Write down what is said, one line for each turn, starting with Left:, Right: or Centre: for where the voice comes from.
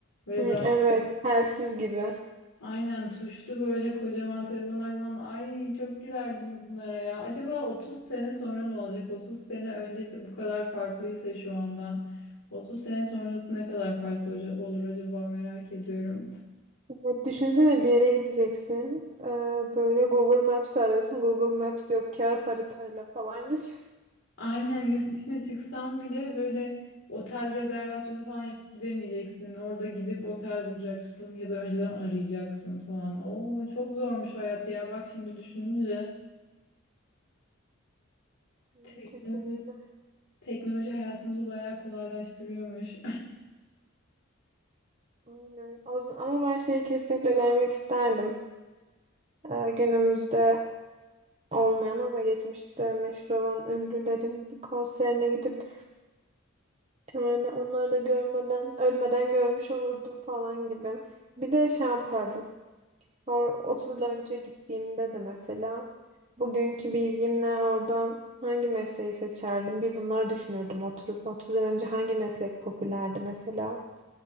Left: Ve
Right: Hı,
Left: zaten
Right: evet telsiz gibi.
Left: aynen tuşlu böyle kocaman telefonlar falan. Ay çok gülerdim bunlara ya. Acaba 30 sene sonra ne olacak? 30 sene öncesi bu kadar farklıysa şu andan. 30 sene sonrası ne kadar farklı hoca- olur acaba merak ediyorum.
Right: Evet, düşünsene bir yere gideceksin. Ee, böyle Google Maps arıyorsun. Google Maps yok. Kağıt haritayla falan <laughs> gidiyorsun.
Left: Aynen yurt dışına çıksan bile böyle otel rezervasyonu falan yapıp gidemeyeceksin. Orada gidip otel bulacaksın ya da önceden arayacaksın falan. Oo çok zormuş hayat ya. Bak şimdi düşününce
Right: Gerçekten
Left: teknoloji
Right: öyle.
Left: teknoloji hayatımızı bayağı kolaylaştırıyormuş.
Right: Aynen. O z- Ama ben şeyi kesinlikle görmek isterdim. Ee, günümüzde olmayan ama geçmişte meşhur olan ünlülerin bir konserine gidip yani onları da görmeden ölmeden görmüş olurdum falan gibi. Bir de şey yapardım. O- 30 yıl önce gittiğimde de mesela bugünkü bilgimle orada hangi mesleği seçerdim? Bir bunları düşünürdüm oturup 30 yıl önce hangi meslek popülerdi mesela?